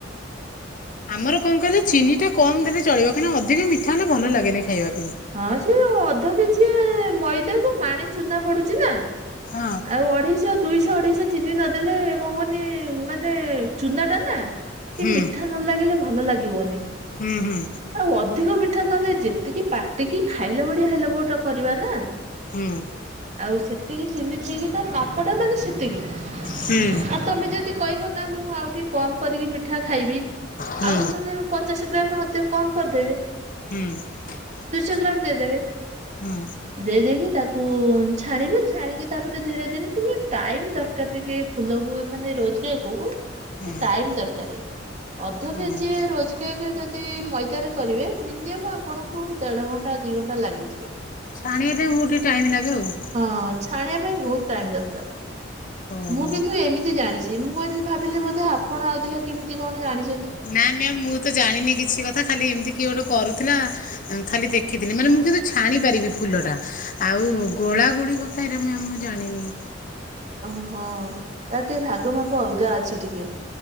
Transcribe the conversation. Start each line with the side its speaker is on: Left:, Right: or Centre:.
Left: ଆମର କଣ କଇଲେ ଚିନି ଟା କମ ଦେଲେ ଚଳିବ କାହିଁକି ଅଧିକ ମି ଠା ହେଲେ ଭଲ ଲାଗେନି ଖାଇବାକୁ।
Right: ହଁ ସେ ଅଧ କେଜିଏ ମଇ ଦା କୁ ମାଣିେ ଚୁନା ପଡୁଚି ନା
Left: ହଁ
Right: ଆଉ ଅଢେଇଶ ଦୁଇଶହ ଅଢେଇଶହ ଚିନି ନଦେଲେ କଣ କହନି ମାନେ ଚୁନା ଟା ନା ଟିକେ
Left: ହୁଁ
Right: ମିଠା ନ ଲାଗିଲେ ଭଲ ଲାଗିବନି।
Left: ହୁଁ ହୁଁ
Right: ଆଉ ଅଧିକ ମିଠା ନହେଲେ, ଯେତିକି ପାଟିକି ଖାଇଲା ଭଳିଆ ହେଲେ ବୋଟ କରିବା ନା
Left: ହୁଁ।
Right: ଆଉ ସେତିକି ଚିନି ଠିକ୍ ତା ମାପଟା ମାନେ ସେତିକି
Left: ହୁଁ
Right: ଆଉ ତମେ ଯଦି କହିବ ନା ମୁଁ ଆଉ ଟିକେ କମ୍ କରିକି ମିଠା ଖାଇବି
Left: ହୁଁ
Right: ଆଉ ନହେଲେ ପଚାଶ ଗ୍ରାମ ଅଧେ କମ କରିଦେବେ।
Left: ହୁଁ <inaudible>
Right: ସିଗରନ୍ ଦେଇଦେବେ
Left: ହୁଁ
Right: ଦେଇ ଦେଇକି ତାକୁ ଛାଣିବେ ଛାଣିକି ତାପରେ ଧୀରେ ଧୀରେ ଟିକେ ଟାଇମ୍ ଦରକାର, ଟିକେ ଫୁଲକୁ ମାନେ ରୋଜକେକକୁ
Left: ହୁଁ
Right: ତ ଟାଇମ ଦରକାର ଅଧ
Left: ଓହୋ
Right: କେଜିଏ ରୋଜକେକ୍ ଯଦି ମଇ ଭିତରେ କରିବେ, ମିନିମମ୍ ଆପଣଙ୍କୁ ଦେଢଘଣ୍ଟା ଦି ଘଣ୍ଟା ଲାଗେ।
Left: ଛାଣିବେ ଉ ଟିକେ ଟାଇମ ଲାଗେ ଆଉ
Right: ହଁ ଛାଡିବା ପାଇଁ ବହୁତ ଟାଇମ ଦରକାର,
Left: ଓହୋ।
Right: ମୁଁ କିନ୍ତୁ ଏମିତି ଜାଣିଛି। ଯେ ମୁଁ କହିି ଭାବିଲି, ବୋଧେ ଆପଣ ଦେହ କେମିତି କଣ ଜାଣି
Left: ନା ମ୍ୟାମ୍ ମୁଁ ତ ଜାଣିନି କିଛି କଥା ଖାଲି ଏମିତି କିଏ ଗୋଟେ କରୁଥିଲା ଖାଲି ଦେଖିଥିଲି, ମାନେ ମୁଁ କିନ୍ତୁ ଛାଣି ପାରିବି ଫୁଲଟା ଆଉ ଗୋ ଗୋଳା ଗୁଳି କଥା ତ ମୁଁ ମ୍ୟାମ୍ ଜାଣିନି ।
Right: ଓହୋ ତାର ଟିକେ ଭାଗ ମାପ ଅଲଗା ଅଛି ଟିକେ